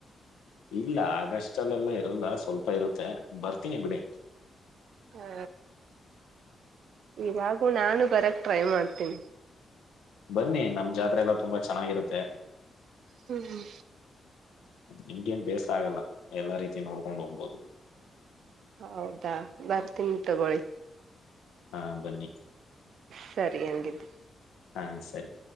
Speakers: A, on the left; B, on the right.
A: ಇಲ್ಲ ಆಗಸ್ಟ್ ಅಲ್ಲೆಲ್ಲ ಇರಲ್ಲ ಸ್ವಲ್ಪ ಇರುತ್ತೆ ಬರ್ತೀನಿ ಬಿಡಿ
B: ಹಾ ಇವಾಗು ನಾನು ಬರಕ್ ಟ್ರೈ ಮಾಡ್ತೀನಿ
A: ಬನ್ನಿ ನಮ ಜಾತ್ರೆ ಎಲ್ಲ ತುಂಬಾ ಚೆನ್ನಾಗಿರುತ್ತೆ
B: ಹ್ಮ್ ಹ್ಮ್
A: ನಿಮ್ಗ ನ್ ಬೇಸ ಆಗಲ್ಲ ಎಲ್ಲಾ ರೀತಿ ನೋಡ್ಕೊಂಡ್ ಹೋಗ್ಬೋುದು
B: ಹೌದಾ ಬರ್ತನಿ ತಗೊಳ್ಳಿ
A: ಹಾ ಬನ್ನಿ
B: ಸರಿ ಹೆಂಗಿದ್ಿ
A: ಹಾ ಸರಿ